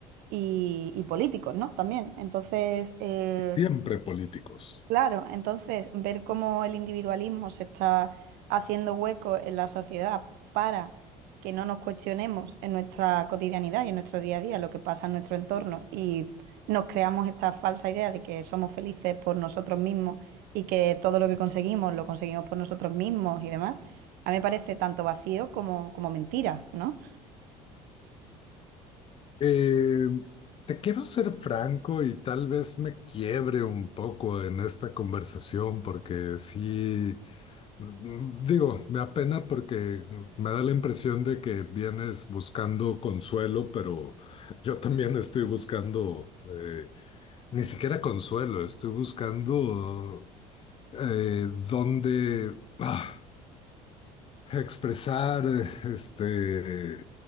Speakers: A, on the right; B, on the left.
A: y, y políticos, ¿no? También. Entonces, eh,
B: Siempre políticos.
A: Claro, entonces ver cómo el individualismo se está haciendo hueco en la sociedad para que no nos cuestionemos en nuestra cotidianidad y en nuestro día a día lo que pasa en nuestro entorno y nos creamos esta falsa idea de que somos felices por nosotros mismos y que todo lo que conseguimos lo conseguimos por nosotros mismos y demás, a mí me parece tanto vacío como, como mentira, ¿no?
B: Eh, te quiero ser franco y tal vez me quiebre un poco en esta conversación porque sí... Mm, Digo, me apena porque me da la impresión de que vienes buscando consuelo, pero yo también estoy buscando eh, ni siquiera consuelo, estoy buscando eh, dónde... ah, expresar este